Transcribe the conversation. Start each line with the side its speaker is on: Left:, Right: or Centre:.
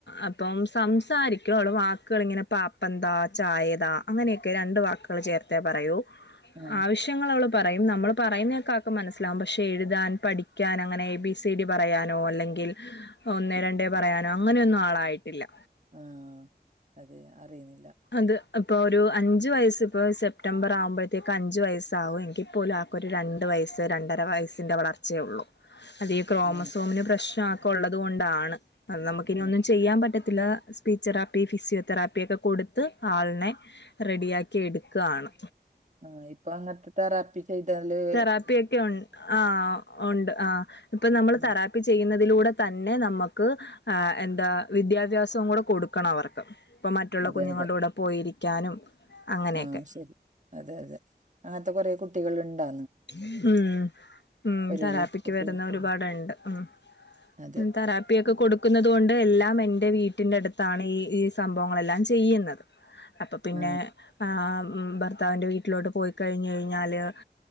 Left: അപ്പം സംസാരിക്കും. അവൾ വാക്ക്കൾ ഇങ്ങനെ പാപ്പം താ, ചായ താ. അങ്ങനെയൊക്കെ രണ്ട് വാക്കുകൾ ചേർത്തേ പറയൂ.
Right: ആ
Left: ആവശ്യങ്ങൾ അവള് പറയും. നമ്മൾ പറയുന്നതേക്കെ അവൾക്ക് മനസ്സിലാവും. പക്ഷെ എഴുതാൻ പഠിക്കാൻ- അങ്ങനെ എ ബി സി ഡി പറയാനോ, അല്ലെങ്കിൽ ഒന്നേ രണ്ടേ പറയാനോ അങ്ങനെയൊന്നും ആളായിട്ടില്ല.
Right: ആ. അത് അറിയുന്നില്ല.
Left: അത് ഇപ്പോ ഒരു അഞ്ചു വയസ് ഇപ്പോ സെപ്റ്റംബർ ആകുമ്പോഴത്തേക്ക് അഞ്ചു വയസാവും. എങ്കിപ്പോലും- ഒരു രണ്ട് വയസ്സ് രണ്ടര വയസ്സിൻ്റെ വളർച്ചയേ ഉള്ളൂ. അല്ല ഈ ക്രോമസോമിന്റെ
Right: ആ
Left: പ്രശ്നൊക്കെ ഉള്ളത് കൊണ്ടാണ്. അത് നമുക്കിനി
Right: ആ
Left: ഒന്നും ചെയ്യാൻ പറ്റത്തില്ല. സ്പീച്ചെറാപ്പി ഫിസിയോതെറാപ്പിയൊക്കെ കൊടു- ത്ത് ആളിനെ റെഡിയാക്കി എടുക്കാണ്.
Right: ആഹ ഇപ്പൊ അങ്ങത്തെ- തെറാപ്പി ചെയ്താല് -
Left: തെറാപ്പിയൊക്കെ ഉ ആ ഉണ്ട് ആ ഇപ്പൊ നമ്മൾ
Right: ഉം
Left: തെറാപ്പി- ചെയ്യുന്നതിലൂടെ തന്നെ നമ്മക്ക്- ആ എന്താ വിദ്യാഭ്യാസവും കൂടെ കൊടുക്കണം അവർക്ക്. ഇപ്പം മറ്റുള്ള
Right: അതെ
Left: കുഞ്ഞുങ്ങളുടെ
Right: അതെ
Left: കൂടെ പോയിരിക്കാനും- അങ്ങനെയൊക്കെ
Right: ആ ശരി. അതെ അതെ, അങ്ങനത്തെ കൊറെ കുട്ടികൾ ഇണ്ട-
Left: ഇമ് ഉം.
Right: ഓരോരോ
Left: തെറാപ്പിക്ക്
Right: കുട്ടികൾക്ക്
Left: വരുന്ന ഒരുപാടണ്ട്. ഉ.
Right: അതെ
Left: ൻ തെറാ - പ്പിയൊക്കെ കൊടുക്കുന്നുന്നത് കൊണ്ട് എല്ലാം എൻ്റെ വീട്ടിൻ്റെ അടുത്താണ് ഈ സംഭവങ്ങളെല്ലാം ചെയ്യുന്നത്. അപ്പൊ പിന്നെ
Right: ആ
Left: ആ ഭർത്താവിന്റെ വീട്ടിലോട്ട് പോയി കഴിഞ്ഞ കഴിഞ്ഞാല്-